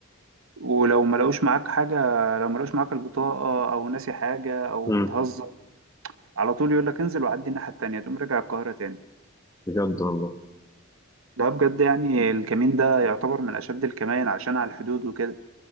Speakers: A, on the right (about 85°); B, on the left (about 15°).
A: ولو ما لقوش معاك حاجه لو ما لقوش معاك البطاقه او ناسي حاجه او
B: امم
A: بتهزر على طول يقول لك انزل وعدي الناحيه التانيه تقوم راجع القاهره تاني
B: بجد والله
A: ده بجد يعني الكمين ده يعتبر من اشد الكمائن عشان على الحدود وكده